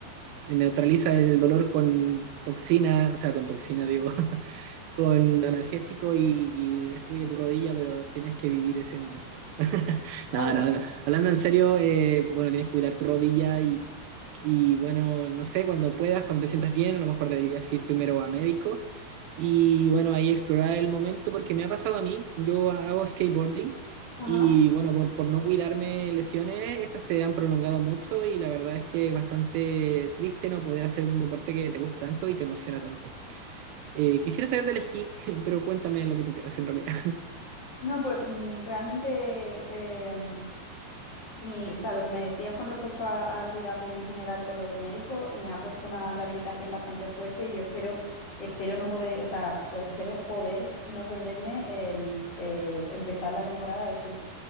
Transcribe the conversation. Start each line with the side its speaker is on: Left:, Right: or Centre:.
Right: neutraliza el dolor con toxina, o sea, con toxina, digo, <laughs> con analgésico y, y destruye tu rodilla, pero tienes que vivir ese momento. <laughs>
Left: Vale.
Right: No, no, no. Hablando en serio, eh, bueno, tienes que cuidar tu rodilla y, y, bueno, no sé, cuando puedas, cuando te sientas bien, a lo mejor deberías ir primero a médico Y bueno, ahí explorar el momento porque me ha pasado a mí, yo hago skateboarding
Left: Ajá.
Right: y bueno, por, por no cuidarme lesiones, estas se han prolongado mucho y la verdad es que es bastante triste no poder hacer un deporte que te gusta tanto y te emociona tanto. Eh, quisiera saber del esquí, <laughs> pero cuéntame lo que tú quieras en realidad.
Left: No, pues mm, realmente em, mi, o sea, lo que me decías con respecto a, a cuidarme en general con lo del médico, me ha puesto una rehabilitación bastante fuerte y yo espero, espero no poder, o sea, pues espero poder no perderme el, el empezar la temporada de surf.